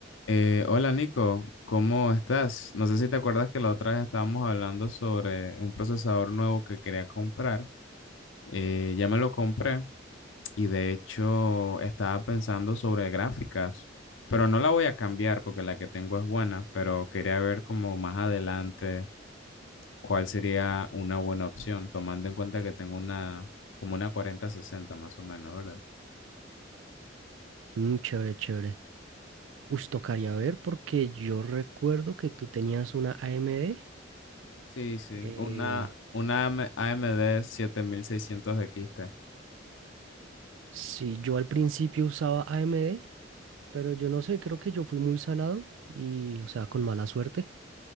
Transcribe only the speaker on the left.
Eh, hola Nico, ¿cómo estás? No sé si te acuerdas que la otra vez estábamos hablando sobre un procesador nuevo que quería comprar. Eh, ya me lo compré y de hecho estaba pensando sobre gráficas, pero no la voy a cambiar porque la que tengo es buena, pero quería ver como más adelante cuál sería una buena opción, tomando en cuenta que tengo una como una cuarenta sesenta más o menos, ¿verdad?
Sí, sí,
una, una AM- AMD 7600 XT.